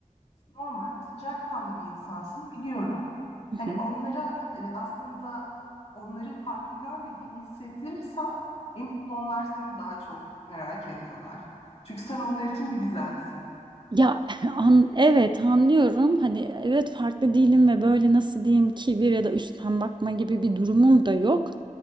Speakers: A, on the left (about 50°); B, on the right (about 35°).
A: normalde sıcakkanlı bir insansın biliyorum.
B: Hı
A: Hani
B: hı.
A: onlara e, aslında onları farklı görmediğini hissettirirsen emin ol onlar seni daha çok merak ediyorlar. Çünkü sen onlar için bir gizemsin.
B: Ya <laughs> an, evet anlıyorum. Hani evet farklı değilim ve böyle nasıl diyeyim kibir ya da üstten bakma gibi bir durumum da yok.